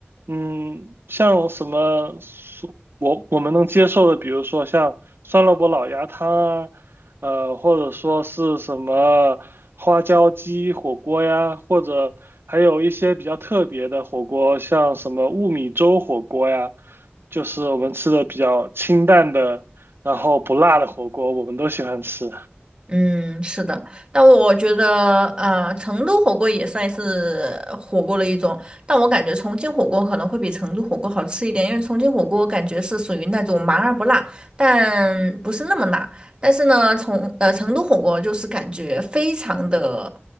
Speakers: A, on the right (about 60°); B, on the right (about 25°).
A: 嗯，像什么苏我我们能接受的，比如说像酸萝卜老鸭汤啊，呃，或者说是什么花椒鸡火锅呀，或者还有一些比较特别的火锅，像什么雾米粥火锅呀，就是我们吃的比较清淡的，然后不辣的火锅，我们都喜欢吃。
B: 嗯，是的，但我觉得，呃，成都火锅也算是火锅的一种，但我感觉重庆火锅可能会比成都火锅好吃一点，因为重庆火锅感觉是属于那种麻而不辣，但不是那么辣。但是呢，从呃成都火锅就是感觉非常的